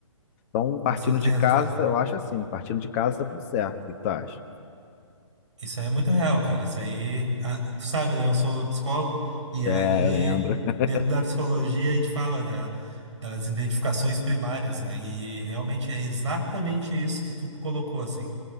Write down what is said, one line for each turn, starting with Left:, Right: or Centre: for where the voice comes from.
Left: Então, partindo
Right: Com certeza,
Left: de casa,
Right: cara.
Left: eu acho assim, partindo de casa tá tudo certo. O que tu acha?
Right: Isso aí é muito real, cara. Isso aí. ah, tu sabe, né? Eu sou psicólogo, e
Left: É,
Right: aí,
Left: eu lembro. <laughs>
Right: dentro da psicologia, a gente fala da- das identificações primárias, né? E realmente é exatamente isso que tu colocou, assim.